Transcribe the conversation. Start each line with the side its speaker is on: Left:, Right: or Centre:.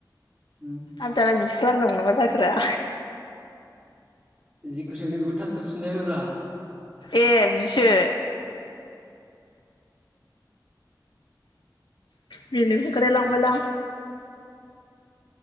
Right: उम
Left: आदाना बिदिस बारनो मा मा जाखो रा
Right: जेखौ सोंदों बेखौ थाब थाब फिननाय होब्रा
Left: ए बिदिसो मिनिनोबो ओंखारलाय लांबायलां।